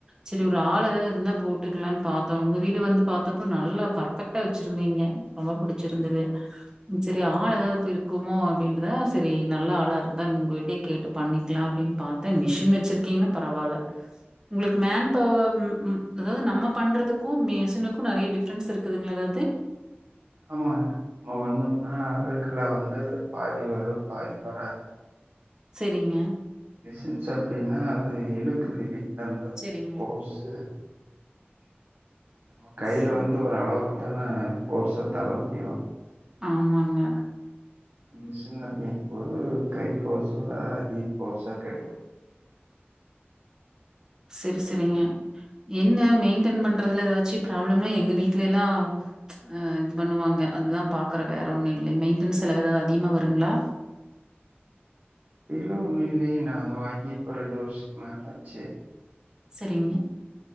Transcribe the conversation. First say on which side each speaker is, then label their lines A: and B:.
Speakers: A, on the right (about 15°); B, on the right (about 60°).
A: செரி ஒரு ஆள் எதாவ்து இருந்தா போட்டுக்கலான் பாத்தோ உங்க வீடு வந்து பாத்தப்போ நல்லா பக் பக்கா வச்சிருந்தீங்க ரொம்ப புடிச்சிருந்தது சரி ஆள் எதாவ்து இருக்குமோ அப்டின்ட்டுதா சரி நல்லா ஆளா ருந்தா உங்ககிட்டேயெ கேட்டு பண்ணிக்லா அப்டின் பாத்தே மிஷின் வச்சுருக்கீங்னா பரவால்ல உங்களுக்கு மேன் பவர் ம் ம் அதாவது நம்ம பண்றதுக்கு மிஸினுக்கு நெறைய டிஃப்ரென்ஸ் இருக்குதுங்ளா எதாது
B: ஆமாங்க நம்ம பண்ணம்னா அழுக்கலா வந்து பாதி வரு பாதி வராது
A: செரிங்க
B: மிசின்ஸ் அப்டின்னா அது இழுக்குது டி தங்க
A: சரிங்க.
B: போ <unintelligible> கையில
A: சரி.
B: வந்து ஒரு அளவு தன போர்ஸ்ஸா தள்ள முடியு
A: ஆமாங்க
B: மிஷின் அப்டிங்கும்போது கை போர்ஸோவிட அதிக போர்ஸா கெடைக்கு
A: செரி செரிங்க என்ன மெயின்டென் பண்றதுல ஏதாச்சு ப்ராப்ளம்ம எங்க வீட்ல எல்லா ஆ இது பண்ணுவாங்க அத்தா பாக்குற வேற ஒண்ணு இல்ல மெயின்டன்ஸ் செலவு எதாது அதிகமா வருங்ளா
B: பிலோ ஒன்னு இல்லையே நாங்க வாங்கி இப்ப ரெண்டு வர்ஷொ மேலாச்சு
A: சரிங்க